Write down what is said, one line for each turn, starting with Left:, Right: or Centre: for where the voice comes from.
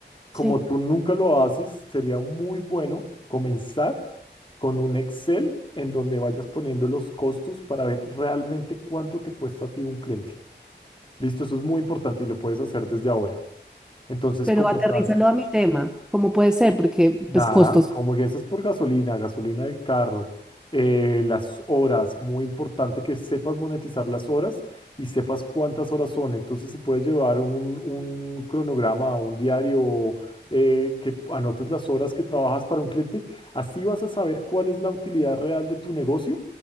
Centre: Sí,
Left: Como tú nunca lo haces, sería muy bueno comenzar con un Excel en donde vayas poniendo los costos para ver realmente cuánto te cuesta a ti un cliente. Listo, eso es muy importante y lo puedes hacer desde ahora. Entonces,
Centre: pero
Left: comenzar.
Centre: aterrízalo a mi tema, ¿cómo puede ser? Porque,
Left: Nada,
Centre: pues, costos.
Left: como que eso es por gasolina, gasolina del carro, eh, las horas, muy importante que sepas monetizar las horas y sepas cuántas horas son. Entonces, si puedes llevar un, un cronograma, un diario, eh, que anotes las horas que trabajas para un cliente, así vas a saber cuál es la utilidad real de tu negocio,